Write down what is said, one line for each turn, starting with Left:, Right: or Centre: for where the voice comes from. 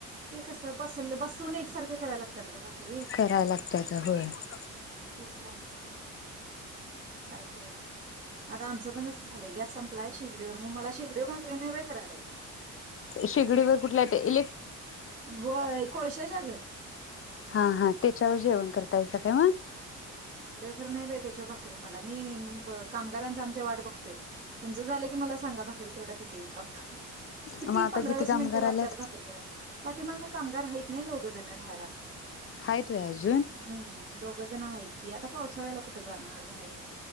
Right: ते कस बसल बस चून एकसारख करायला लागत्यात ग भा करी
Left: करायला लागतं आता होय
Right: तेच बोंब होतीया काय खरायच नाय. आता आमच पण अस झालय गॅस संपलाय शेगडीवर म मला शेगडीवर भाकरी नाय बाय करायला येत
Left: शेगडीवर कुठल्या ते इ
Right: व्हय कोळश्याच्या ग.
Left: हा हा त्याच्यावर जेवण करतायसा काय मग?
Right: खर नाही बाई त्याच्यावर भाकरी मला मी कामगारांचा आमच्या वाट बघतोय तुमच झाल की मला सांगा भाकरी तेवढा तिथे येऊन टाकतो. किती
Left: मग आता
Right: पंधरा वीस
Left: कामगार
Right: मिनिट लागत्यात
Left: आल्यात
Right: भाकरी कराय पाठीमाग कामगार हाईत नाय दोघ जण राहायला.
Left: आहेत व्हय अजून
Right: हम्म दोघजण हायत ती आता पावसाळ्याला कुठ जाणार. बायर